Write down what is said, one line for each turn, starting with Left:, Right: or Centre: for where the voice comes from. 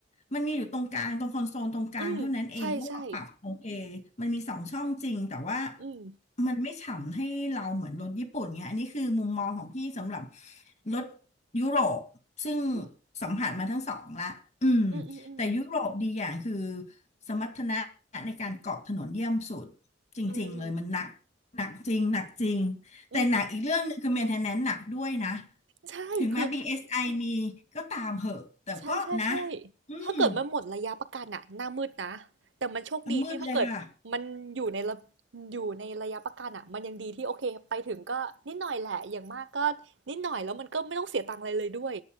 Left: มันมีอยู่ตรงกลางตรงคอนโซลตรงกลางเท่านั้นเองถ้าเราปรับโอเค
Right: อืมใช่ใช่
Left: มันมีสองช่องจริงแต่ว่า
Right: อืม
Left: มันไม่ฉ่ำให้เราเหมือนรถญี่ปุ่นเงี้ยอันนี้คือมุมมองของพี่สำหรับรถยุโรปซึ่ง
Right: อืม
Left: สัมผัสมาทั้งสองละอืม
Right: อืมอืม
Left: แต่ยุโรปดีอย่างคือสมรรถนะในการเกาะถนนเยี่ยมสุดจริงๆเลยมันหนักหนักจริงหนักจริง
Right: อืม
Left: แต่หนักอีกเรื่องหนึ่งคือ
Right: อืม
Left: maintenance หนักด้วยนะ
Right: ใช่คือ
Left: ถึงแม้ BSI มีก็ตามเหอะแต่ก็นะ
Right: ใช่ใช่ใช่
Left: อืม
Right: ถ้าเกิดมันหมดระยะประกันอ่ะหน้ามืดนะแต่มันโชคดีที่ถ้าเกิดมันอยู่ในระ
Left: มืดเลยค่ะ
Right: อยู่ในระยะประกันอะมันยังดีที่โอเคไปถึงก็นิดหน่อยแหละอย่างมากก็นิดหน่อยแล้วมันก็ไม่ต้องเสียตังค์อะไรเลยด้วย